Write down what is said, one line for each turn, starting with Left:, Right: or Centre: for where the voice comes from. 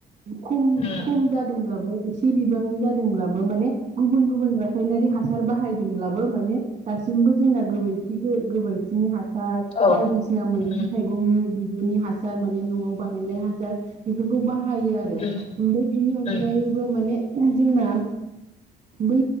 Right: खम
Left: उम
Right: खम जादोंब्लाबो इस <unintelligible> बिबांनि जादोंब्लाबो माने गुबुन गुबुन रासायनारि हासार बाहायदोंब्लाबो माने दासिमबो जोंना गोबोरखि गोबोरखिनि हास सार
Left: औ
Right: बायदिसिना मैगं
Left: उम
Right: थाइगंनि बि बिनि हासार माने नआव बानायनाय हासार बेफोरखौ बा हायो आरो ओमफाय
Left: उम
Right: बिनि अनगायैबो
Left: उम
Right: माने जोंना बै